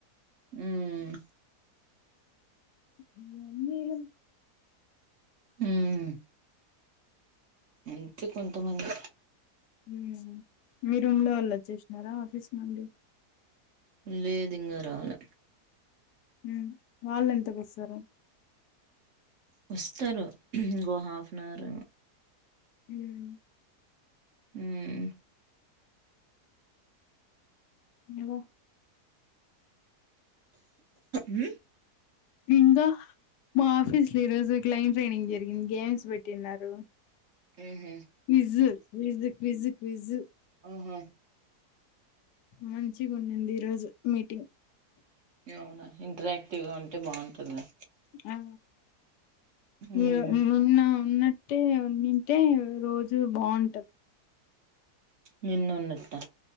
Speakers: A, on the right; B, on the left.
A: ఉమ్
B: ఏం చేయలేమ్
A: ఉమ్ అతే కొంత మంది.
B: హ్మ్ మీ రూమ్ లో వాళ్ళు వచ్చేసినారా ఆఫీస్ నుండి
A: లేదు ఇంగ రాలె
B: హ్మ్ వాళ్ళు ఎంతకొస్తారు.
A: వస్తారు ఇంగో హాఫ్ అన్ అవర్.
B: హ్మ్
A: ఉమ్
B: నువు
A: హ్మ్
B: ఇంగా మా ఆఫీస్ లో ఈ రోజు క్లైంట్ ట్రైనింగ్ జరిగింది గేమ్స్ పెట్టిన్నారు.
A: ఆహ.
B: క్విజ్ క్విజ్ క్విజ్ క్విజ్
A: ఆహా
B: మంచిగా ఉంనింది ఈరోజు మీటింగ్.
A: అవునా ఇంటరాక్టివ్ గా ఉంటే బాగుంటుంది.
B: ఆ
A: ఉమ్
B: ఈ నిన్న ఉన్న టే ఉనింటే రోజు బాంట
A: నిన్న ఉన్నట్. త